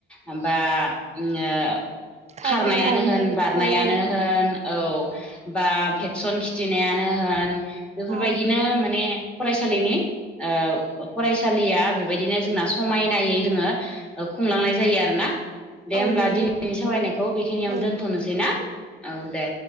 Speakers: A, in the centre; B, on the right (about 35°).
A: ओमबा ङो
B: खारनाय
A: खारनायानो
B: बारनाय
A: होन बारनायानो
B: औ औ
A: होन औ बा भेक्सन खिथिनायानो होन बेफोरबायदिनो
B: औ
A: माने फरायसालिनि ओ फरायसालिया बेबायदिनो जोंना समायनायै जोङो ओ खुंलांनाय जायो आरोना। दे
B: औ
A: होमब्ला
B: नंगौ
A: दिनैनि सावरायनायखौ बेखिनियावनो
B: औ
A: दोनथ'नोसै ना औ दे।